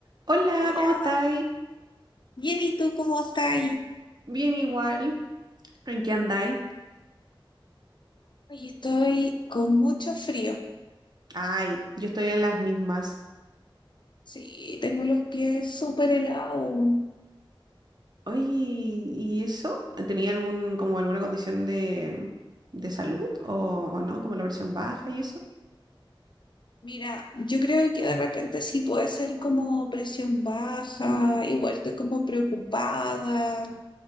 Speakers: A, on the right (about 50°); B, on the left (about 60°).
A: Hola,
B: Hola,
A: ¿cómo estáis?
B: bien, ¿y tú cómo estás?
A: Bien igual. ¿En qué andáis?
B: Hoy estoy con mucho frío.
A: Ay, yo estoy en las mismas.
B: Sí, tengo los pies súper helados.
A: Oye, ¿y eso? ¿Tenía algún, como alguna condición de, de salud o, o no? Como la versión baja y eso.
B: Mira, yo creo que de repente sí puede ser como presión baja, igual estoy como preocupada